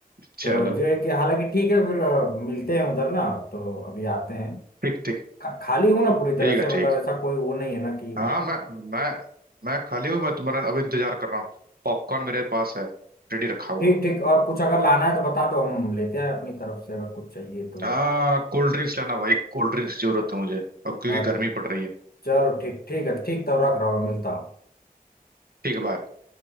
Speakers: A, on the right; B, on the left.
A: चलो
B: तो जो है कि हालांकि ठीक है फिर अ, मिलते हैं उधर ना तो अभी आते हैं
A: ठीक ठीक
B: खा, खाली हूँ ना पूरी तरह
A: ठीक है
B: से मतलब
A: ठीक
B: ऐसा कोई वो नहीं है ना कि
A: हाँ मैं मैं मैं खाली हूँ मैं तुम्हारा अभी इंतजार कर रहा हूँ पॉपकॉर्न मेरे पास है रेडी रखा हुआ
B: ठीक ठीक और कुछ अगर लाना है तो बता दो हम लेते हैं अपनी तरफ से अगर कुछ चाहिए तो
A: आ कोल्ड ड्रिंक्स लेना भाई कोल्ड ड्रिंक्स जरूरत है मुझे अब क्योंकि
B: अ,
A: गर्मी पड़ रही है
B: चलो ठीक ठीक है ठीक तो रख रहा हूँ मिलता हूँ
A: ठीक है बाय